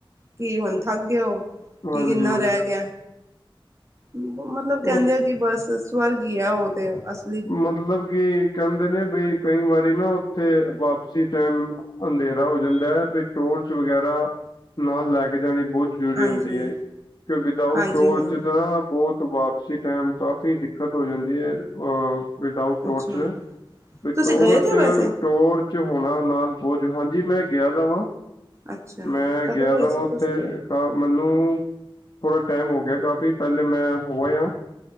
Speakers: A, on the right; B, on the left.
A: ਕੀ ਹੁੰਦਾ ਥੱਕ ਗਿਆ ਹੋ,
B: ਹਾਂਜੀ
A: ਕਿ ਕਿੰਨਾ ਰਹਿ ਗਿਆ ਮਤਲਬ ਕਹਿੰਦੇ
B: ਉਹ
A: ਆ ਕਿ ਬਸ ਸਵਰਗ ਹੀ ਹੈ ਉਹ ਤੇ, ਅ <unintelligible>
B: ਮਤਲਬ ਕਿ ਕਹਿੰਦੇ ਨੇ ਬਈ ਕਈ ਵਾਰੀ ਨਾ ਉੱਥੇ ਵਾਪਸੀ ਟਾਈਮ ਅੰਧੇਰਾ ਹੋ ਜਾਂਦਾ ਹੈ ਵੀ ਟੋਰਚ ਵਗੈਰਾ ਨਾਲ ਲੈ ਕੇ ਜਾਣੀ ਬਹੁਤ ਜ਼ਰੂਰੀ
A: ਹਾਂਜੀ
B: ਹੁੰਦੀ ਹੈ ਕਿ ਵਿਦਊਟ
A: ਹਾਂਜੀ
B: ਟੋਰਚ
A: ਹਾਂਜੀ
B: ਤਾਂ ਬਹੁਤ ਵਾਪਸੀ ਟਾਈਮ ਕਾਫੀ ਦਿੱਕਤ ਹੋ ਜਾਂਦੀ ਹੈ ਵਿਦਊਟ ਟੋਰਚ
A: ਅੱਛਾ
B: ਤੇ
A: ਤੁਸੀਂ
B: ਟੋਰਚ
A: ਗਏ ਤੇ ਹੋ ਵੈਸੇ
B: ਟੋਰਚ ਹੋਣਾ ਨਾਲ ਬੋਝ ਹਾਂਜੀ ਮੈਂ ਗਿਆ ਦਾ ਵਾਂ
A: ਅੱਛਾ
B: ਮੈਂ
A: ਕਦੋਂ
B: ਗਿਆ
A: ਗਏ
B: ਦਾ
A: ਸੀ
B: ਵਾ ਉੱਥੇ
A: ਤੁਸੀਂ
B: ਤਾਂ ਮੈਨੂੰ ਥੋੜ੍ਹਾ ਟਾਈਮ ਹੋ ਗਿਆ ਕਾਫੀ ਪਹਿਲੇ ਮੈਂ ਹੋ ਆਇਆ।